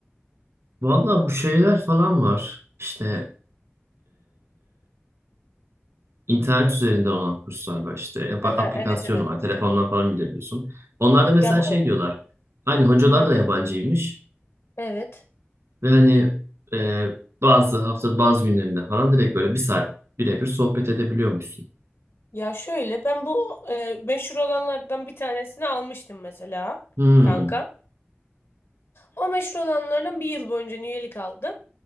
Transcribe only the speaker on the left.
Aha,
Evet evet.
Ya bu...
Aha,
Evet.
Ya şöyle ben bu e, meşhur olanlardan bir tanesini almıştım mesela
kanka. O meşhur olanlardan bir yıl boyunca üyelik aldım.